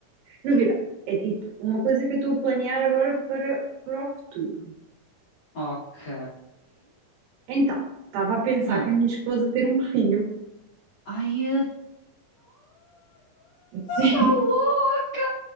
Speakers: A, on the right; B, on the left.
A: Novidade, é tipo uma coisa que eu estou a planear agora para, para o futuro.
B: Ok.
A: Então, estava a pensar
B: Hum.
A: que a minha esposa ter um filho.
B: Ai, adoro!
A: <laughs> Sim,
B: Tá louca!